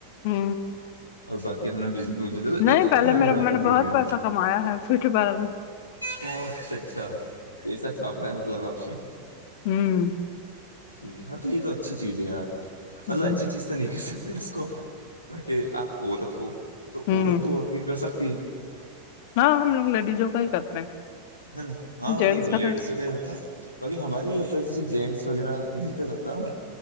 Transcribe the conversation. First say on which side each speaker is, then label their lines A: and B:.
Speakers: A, on the left; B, on the left.
A: ہ
B: اور باقی اپنا بز ایکسپرینس
A: نہیں پہلے
B: آ
A: میرا
B: جائے باپ
A: میں نے
B: در
A: بہت
B: دھیرے
A: پیسہ کمایا ہے فیوٹی پارلر
B: ا اچھا اچھا کیسا چھاپا ہے مطلب آپ سے
A: ہوں
B: جی ہاں تو یہ تو اچھی چیز ہے ار مطلب
A: ہ ہ
B: اچھی چیز تو تو نہیںکل سکتے اس کو ب کہ آپ عورت ہو تو
A: ہوں
B: عورت تو عورت کی کر سکتی ہے
A: ہاں ہم لوگ لیڈیزوں کا ہی کرتے ہیں
B: نا ہاں
A: جینٹس
B: لیڈیسوں
A: تو
B: کا ہی ہوتا ہے باقی ہمارے بھی ہوتا ہے جیسے جینٹس وغیرہ نہیں کر سکتا نا